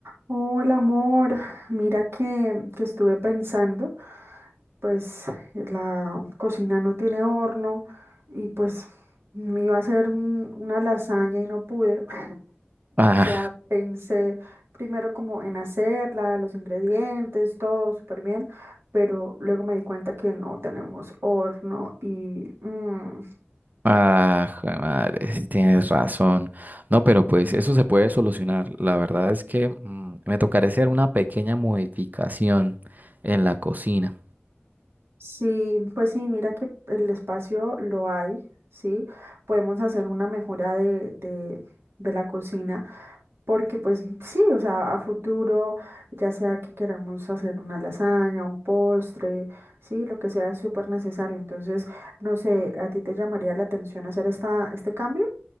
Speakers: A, on the right; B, on the right.
A: Hola amor, mira que, que estuve pensando, pues la cocina no tiene horno y pues me iba a hacer un- una lasaña y no pude. <laughs>
B: Ah,
A: O sea, pensé primero como en hacerla, los ingredientes, todo súper bien, pero luego me di cuenta que no tenemos horno y mm,
B: ah, jue madre, sí tienes razón. No, pero pues eso se puede solucionar. La verdad es que mm, me tocará hacer una pequeña modificación en la cocina.
A: Sí, pues sí, mira que el espacio lo hay, ¿sí? Podemos hacer una mejora de, de, de la cocina, porque pues sí, o sea, a futuro, ya sea que queramos hacer una lasaña, un postre, sí, lo que sea es súper necesario. Entonces, no sé, ¿a ti te llamaría la atención hacer esta, este cambio?